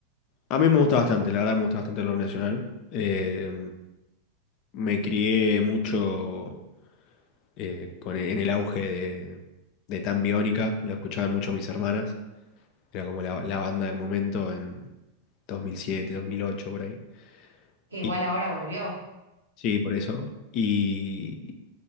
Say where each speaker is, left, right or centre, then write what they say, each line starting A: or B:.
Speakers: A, on the left; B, on the right.
A: A mí me gusta bastante, la verdad me gusta bastante el rock nacional. Eh, me crié mucho eh, con, en el auge de, de Tan Biónica, la escuchaban mucho mis hermanas, era como la, la banda del momento en 2007, 2008, por ahí.
B: Que igual
A: Y,
B: ahora volvió.
A: sí, por eso. Y,